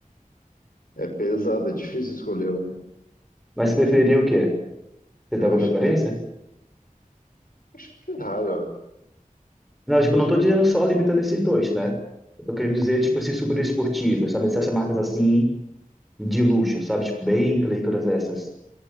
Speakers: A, on the left (about 85°); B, in the centre.
A: É pesado, é difícil escolher um.
B: Mas você preferia o quê? Você
A: Eu
B: tem alguma
A: acho
B: preferência?
A: que, acho que Ferrari, ó.
B: Não, tipo, eu não tô dizendo só limitando esses dois, né? Eu tô querendo dizer, tipo, esses super esportivos, sabe? Essas marcas assim, de luxo, sabe? Tipo, Bentley e todas essas.